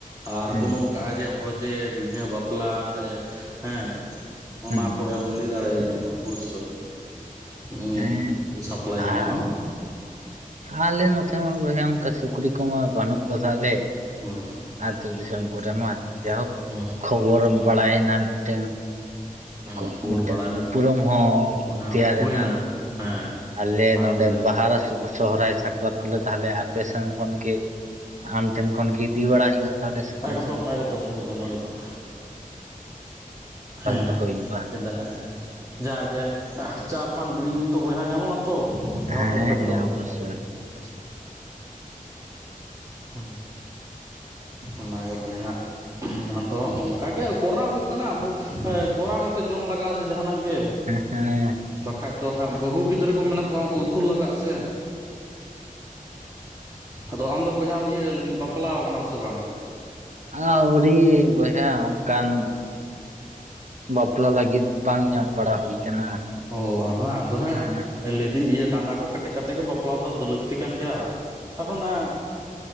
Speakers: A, on the right (about 20°); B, on the right (about 55°).
A: ᱟᱨ
B: ᱦᱮᱸ
A: ᱠᱳᱱᱳ ᱠᱟᱡᱮ ᱵᱷᱚᱡᱮ ᱵᱤᱦᱟᱹ ᱵᱟᱯᱞᱟ ᱨᱮ ᱦᱮᱸ
B: ᱦᱮᱸ
A: ᱚᱱᱟ ᱠᱚᱨᱮᱢ ᱞᱟᱹᱭ ᱫᱟᱲᱮᱭᱤᱹᱧᱟ ᱚᱵᱚᱥᱳᱭ ᱩᱸ
B: ᱦᱮᱸ
A: ᱥᱟᱯᱞᱟᱭ ᱧᱟᱢᱚᱜᱼᱟ
B: ᱟᱨ ᱟᱞᱮ ᱱᱚᱛᱮ ᱢᱟ ᱵᱚᱭᱦᱟ ᱚᱱᱠᱟ ᱥᱩᱠᱨᱤ ᱠᱚᱢᱟ ᱵᱟᱹᱱᱩᱜ ᱠᱚᱛᱟᱞᱮ
A: ᱦᱩᱸ
B: ᱟᱹᱛᱩᱳ ᱫᱤᱥᱚᱢ ᱠᱚᱨᱮᱢᱟ ᱡᱟᱭᱦᱳᱠ
A: ᱦᱩᱸ
B: ᱠᱷᱚᱵᱚᱨ ᱵᱟᱲᱟᱭᱮᱱᱟ ᱢᱤᱫᱴᱮᱱ ᱩᱱᱠᱩ
A: ᱦᱩᱸ ᱠᱷᱚᱵᱚᱨ
B: ᱢᱤᱫᱴᱟᱝ
A: ᱵᱟᱲᱟᱭ ᱱᱟ
B: ᱩᱯᱨᱩᱢ ᱦᱚᱸ
A: ᱦᱩᱭᱱᱟ
B: ᱛᱮᱭᱟᱨᱮᱱᱟ
A: ᱦᱮᱸ
B: ᱟᱞᱮ
A: ᱵᱷᱟᱞᱮ
B: ᱱᱚᱰᱮ
A: ᱵᱩᱡ
B: ᱵᱟᱦᱟ ᱨᱮ ᱥᱩᱵᱚ ᱥᱚᱦᱚᱨᱟᱭ ᱥᱟᱠᱨᱟᱛ ᱠᱚᱞᱮ ᱛᱟᱦᱚᱞᱮ ᱟᱯᱮ ᱥᱟᱱ ᱠᱷᱚᱱᱜᱮ ᱟᱢ ᱴᱷᱮᱱ ᱠᱷᱚᱱᱜᱮ ᱤᱫᱤ ᱵᱟᱲᱟᱟᱭ ᱦᱩᱭᱩᱜᱼᱟ ᱛᱟᱦᱞᱮ ᱥᱩᱠᱨᱤ
A: ᱮᱠᱫᱚᱢ
B: ᱡᱤᱞ
A: ᱮᱠᱫᱚᱢ ᱮᱠᱫᱚᱢ
B: ᱦᱮᱸ
A: ᱮᱠᱫᱚᱢ ᱦᱮᱸ
B: ᱫᱚᱦᱚ
A: ᱦᱮᱸ
B: ᱦᱩᱭᱩᱜᱼᱟ
A: ᱪᱮᱫᱟᱜ ᱡᱟᱜᱮ ᱪᱟ ᱯᱟᱱ ᱵᱤᱲᱤ ᱧᱩ ᱛᱚ ᱵᱚᱭᱦᱟ ᱧᱟᱢᱚᱜᱼᱟ ᱛᱚ ᱦᱟᱴᱷᱮᱡ
B: ᱦᱮᱸ
A: ᱠᱷᱚᱡ
B: ᱦᱮᱸ
A: ᱫᱚ
B: ᱚᱵᱚᱥᱥᱳᱭ ᱚᱵᱚᱥᱥᱳᱭ
A: ᱦᱩᱸ ᱚᱱᱟᱱᱟᱜᱮ ᱵᱚᱭᱦᱟ ᱟᱫᱚ ᱠᱟᱜᱮ ᱠᱚᱨᱟᱣ ᱦᱩᱭᱩᱜ ᱠᱟᱱᱟ ᱟᱵᱚ ᱠᱚᱨᱟᱣ ᱠᱟᱛᱮ ᱡᱚᱢ ᱞᱟᱜᱟᱜᱼᱟ ᱥᱮ ᱡᱟᱦᱟᱱᱟᱜ ᱜᱮ
B: ᱦᱮᱸ ᱦᱮᱸ
A: ᱵᱟᱠᱷᱟᱡ ᱫᱚ ᱦᱟᱸᱜ ᱵᱟᱹᱦᱩ ᱜᱤᱫᱽᱨᱟᱹ ᱠᱚ ᱢᱮᱱᱟᱜ ᱠᱚᱣᱟ ᱩᱱᱠᱩ ᱩᱥᱩᱞ ᱞᱟᱜᱟᱜᱼᱟ ᱥᱮ ᱟᱫᱚ ᱟᱢᱫᱚ ᱵᱚᱭᱦᱟᱢ ᱤᱭᱟᱹ ᱞᱮᱫᱤᱧ ᱵᱟᱯᱞᱟᱣ ᱠᱟᱱᱟᱢ ᱥᱮ ᱵᱟᱝ
B: ᱟᱹᱣᱨᱤ ᱵᱚᱭᱦᱟ ᱠᱟᱱ ᱵᱟᱯᱞᱟ ᱞᱟᱹᱜᱤᱫ ᱵᱟᱝ ᱧᱟᱢ ᱵᱟᱲᱟ ᱦᱩᱭ ᱠᱟᱱᱟ
A: ᱚ ᱦᱮᱸ ᱟᱫᱚ ᱦᱟᱸᱜ
B: ᱦᱮᱸ
A: ᱞᱟᱹᱭ ᱫᱤᱧ ᱤᱭᱟᱹ ᱰᱟᱸᱰᱟ ᱠᱚ ᱠᱮᱴᱮᱡ ᱠᱟᱛᱮ ᱜᱮ ᱵᱟᱯᱞᱟ ᱫᱚ ᱞᱟᱹᱠᱛᱤ ᱠᱟᱱ ᱜᱮᱭᱟ ᱟᱫᱚ ᱚᱱᱟ